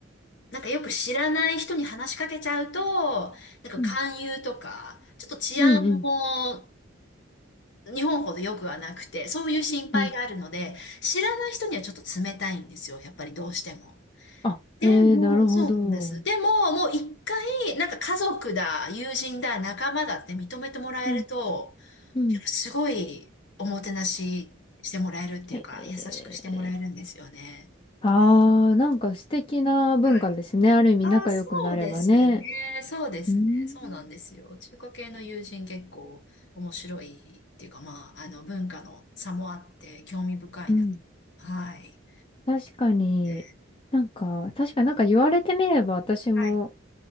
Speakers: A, on the left; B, on the left.
A: なんかよく知らない人に話しかけちゃうと、なんか勧誘とか、
B: うん。
A: ちょっと治安も
B: うん。うん。
A: 日本ほど良くはなくて、そういう心配があるので、
B: うん
A: 知らない人にはちょっと冷たいんですよ、やっぱりどうしても。
B: あ、
A: でも、
B: へえ、なるほど。
A: そうなんです。でも、もう一回、なんか家族だ、友人だ、仲間だって認めてもらえると、
B: うん。うん。
A: やっぱすごいおもてなししてもらえるっていうか、
B: へえ。
A: 優しくしてもらえるんですよね。
B: ああ、なんか素敵な文化ですね。
A: はい。
B: ある意味仲良くなればね。
A: ああ、そうですね。そうですね。
B: うーん。
A: そうなんですよ。中華系の友人結構面白いっていうか、まあ、あの、文化の差もあって興味深いなと。
B: うん。
A: はい。
B: 確かに。
A: で、
B: なんか、確かになんか言われてみれば私も
A: はい。